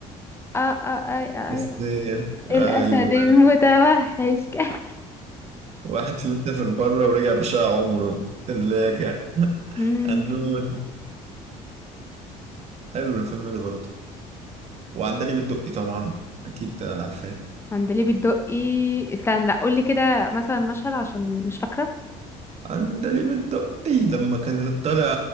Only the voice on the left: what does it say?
اه اه اي اي
اي الاسد المتوحش <laughs>
امم
عندليب الدقي استنى لا قول لي كده مثلا مشهد عشان مش فاكره